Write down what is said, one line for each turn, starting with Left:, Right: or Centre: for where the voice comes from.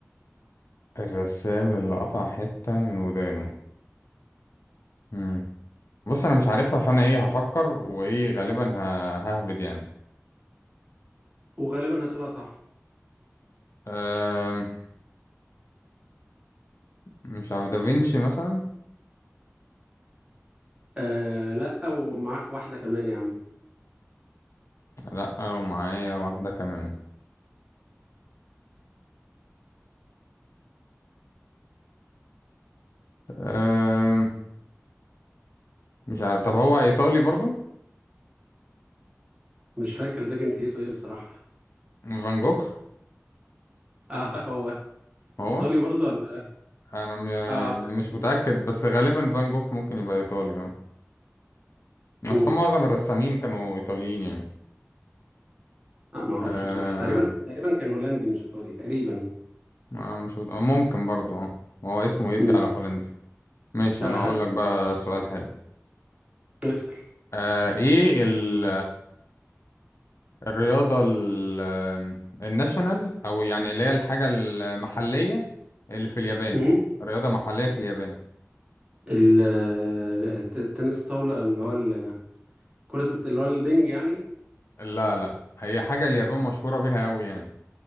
Left: الرسام اللي قطع حتة من ودانه مم. بص انا مش عارفها فانا ايه هفكر وايه غالبا ه- ههبد يعني
Right: وغالبا هتقولها صح
Left: آه، مش عارف دافينشي مثلا
Right: آه لا ومعاك واحدة كمان يا عم
Left: لا ومعايا واحدة كمان أم... مش عارف طب هو ايطالي برضو
Right: مش فاكر ده جنسيته ايه بصراحة
Left: فان جوخ
Right: <laughs> اه هو
Left: هو
Right: ايطالي برضه ولا
Left: انا م...
Right: اه
Left: يعني مش متأكد بس غالبا فان جوخ ممكن يبقى ايطالي اه
Right: امم
Left: بس هم معظم الرسامين كانوا ايطاليين يعني
Right: آه ما اعرفش
Left: أه...
Right: بصراحة تقريبا تقريبا كان هولندي مش ايطالي تقريبا
Left: آه، مش مت... آه، ممكن برضو اه هو اسمه يدي
Right: امم
Left: على هولندي ماشي
Right: اه
Left: انا هقول لك بقى سؤال حلو
Right: <laughs> اسأل
Left: أه... ايه ال... الرياضة ال- آم، الناشونال أو يعني اللي هي الحاجة المحلية اللي في اليابان
Right: امم
Left: رياضة محلية في اليابان
Right: ال- الت- التنس الطاولة اللي هو ال- كرة الت- اللي هو البنج يعني
Left: لا لا هي حاجة اليابان مشهورة بيها أوي يعني